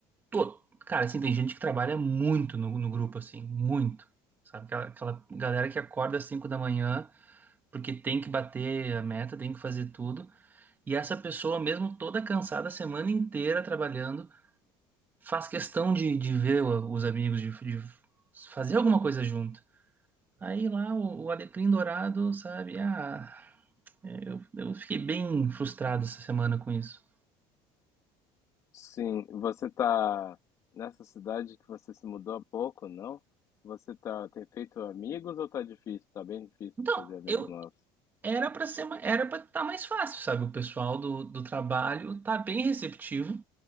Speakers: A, on the right (about 20°); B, on the left (about 35°).
A: todo. Cara, assim, tem gente que trabalha muito no, no grupo, assim, muito. Sabe, aquela, aquela galera que acorda às 5 da manhã porque tem que bater a meta, tem que fazer tudo. E essa pessoa, mesmo toda cansada, a semana inteira trabalhando, faz questão de, de ver os amigos, de, de fazer alguma coisa junto. Aí lá o, o Alecrim Dourado, sabe? Ah, é, eu, eu fiquei bem frustrado essa semana com isso.
B: Sim, você tá nessa cidade que você se mudou há pouco, não? Você tá, tem feito amigos ou tá difícil? Tá bem difícil
A: Então,
B: fazer amigos
A: eu
B: novos.
A: era para ser, era para estar mais fácil, sabe? O pessoal do, do trabalho tá bem receptivo,